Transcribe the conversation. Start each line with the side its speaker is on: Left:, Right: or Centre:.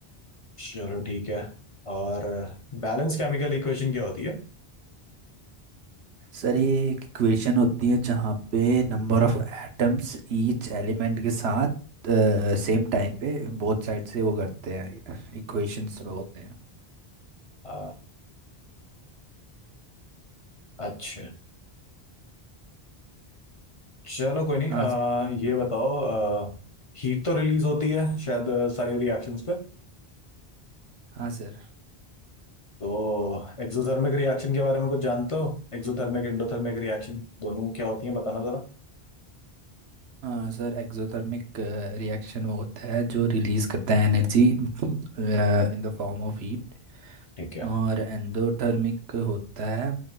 Left: चलो ठीक है और बैलेंस केमिकल इक्वेशन क्या होती है
Right: सर ये एक इक्वेशन होती है जहाँ पे number of atoms each element के साथ सेम टाइम पे बोथ साइड से वो करते हैं इक्वेशंस में होते हैं
Left: अ, अच्छा चलो कोई नहीं
Right: हाँ
Left: अ,
Right: सर
Left: ये बताओ हीट तो रिलीज होती है शायद अ, सारी रिएक्शंस पे
Right: हाँ सर
Left: तो एक्सोथर्मिक रिएक्शन के बारे में कुछ जानते हो एक्सोथर्मिक एंडोथर्मिक रिएक्शन दोनों क्या होती है बताना जरा
Right: हाँ सर एक्सोथर्मिक रिएक्शन वो होता है जो रिलीज करता है energy in the form of heat
Left: ठीक है
Right: और एंडोथर्मिक होता है